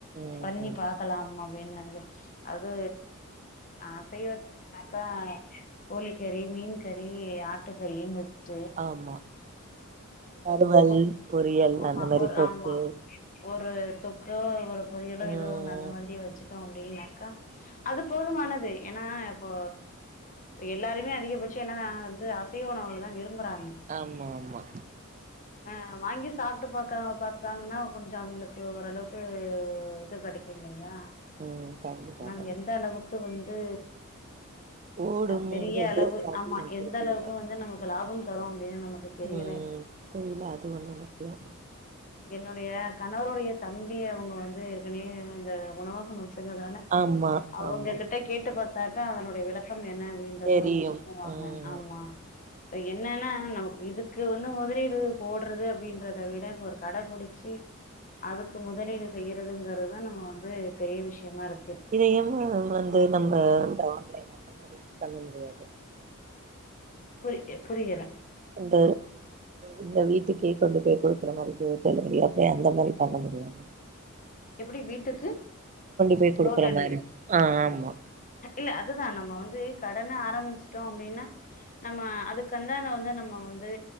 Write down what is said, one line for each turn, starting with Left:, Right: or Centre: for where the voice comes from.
Right: ம்
Left: பண்ணி பாக்கலாம் அ ப்டின் நெனைக்கறே அது ஆ அசைவ துனாக்கா கோழிக்கறி மீன் கறி ஆ ஆட்டுக்கறினு வெச்சு
Right: ஆமா வறுவல்
Left: ஒரு <inaudible>
Right: பொரியல்
Left: ஆமா
Right: அந்த மாரி
Left: ஒர்
Right: தொக்கு
Left: ஆமா ஒர் ஒரு தொக்கோ ஒரு பொரியலோ
Right: ம்
Left: எதோ ஒன்னு அந்த மாதிரி வெச்சு ட்டோ அப்டின்னாக்கா அது போதுமான து ஏன்னா இப்போ ப எல்லாருமே அதிகபட்சோ என்ன வந்து அசைவ உணவுகள தா விரும்புறாங்
Right: ஆமா ஆமா
Left: அ வாங்கி சாப்ட்டு பாக்கறவங்க பாத்தாங்கனா கொஞ்சோ அவங்களுக்கு ஓரளவுக்கு இது கெடைக்கு இல்லையா
Right: ம் கண்டிப்பா
Left: ஆனா அது
Right: கண்
Left: எந்த அளவுக்கு வந் து
Right: ஓடும்ங்கிறது
Left: அ பெரிய அளவு
Right: சாத்தியம்
Left: ஆமா எந்தளவுக்கு
Right: தெரில
Left: வந்து நமக்கு லாபம் தரு அப்டின் நமக்கு தெரியல
Right: ம் தெரில அது ஒண்ணு முக்கியோ
Left: என்னுடைய கணவருடைய தம்பி அவுங் வந்து ஏற்க்கனவே அந்த உணவஹோ வெச்சு டுன்னதுனால
Right: ஆமா
Left: அவங்க
Right: ஆமா
Left: கிட் கேட்டு பாத்தாக்கா அதனுடைய விளக்கம் என்ன அப்டின்றத
Right: தெரியும்
Left: அவங்க சொல்லுவாங்க
Right: ம்
Left: ஆமா இப்ப என்னன்னா நமக்கு இதுக்கு வந்து முதலீடு போட்றது அப்டின்றத விட இப்ப ஒரு கட புடிச்சி அதுக்கு முதலீடு செய்றதுங்கிறதா நம்ம வந்து பெரிய விஷயமா இருக்
Right: இதையுமா நம்ம து நம்ம இந்த ஆன்லைன் அந்த மாரி பண்ண முடியாது
Left: புரி ய புரியல
Right: அந்த இந்த வீட்டுக்கே கொண்டு போய் குடுக்குற மாரி டோர் டெலிவரியா அப்டி அந்த மாரி பண்ண முடியு
Left: எப்பிடி வீட்டுக்கு
Right: போய் குடுக்குற
Left: டோர்டெலிவரி
Right: மாரி ஆ ஆமா
Left: இல்ல அதுதா நம்ம வந்து து கடனு ஆரம்பிச்சிட்டோ அப்டின்னா நம்ம அதுக்குந்தான வந்து நம்ம வந்து